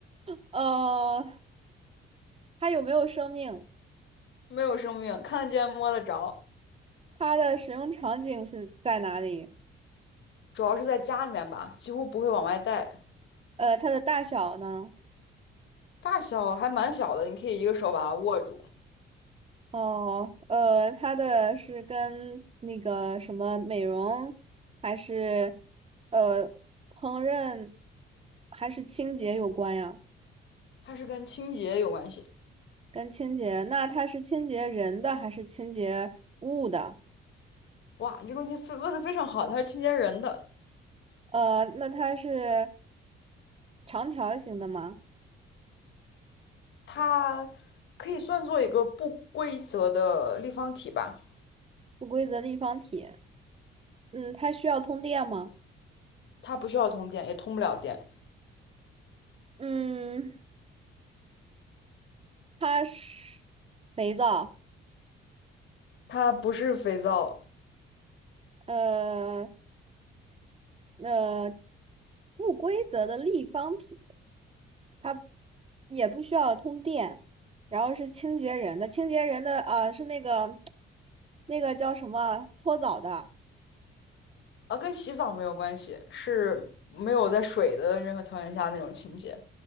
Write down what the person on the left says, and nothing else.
没有生命，看得见摸得着，
主要是在家里面吧，几乎不会往外带，
大小还蛮小的，你可以一个手把它握住。
它是跟清洁有关系。
哇，你这个问题非问的非常好，它是清洁人的，
它可以算作一个不规则的立方体吧。
它不需要通电，也通不了电。
它不是肥皂
啊，跟洗澡没有关系，是没有在水的任何条件下那种清洁，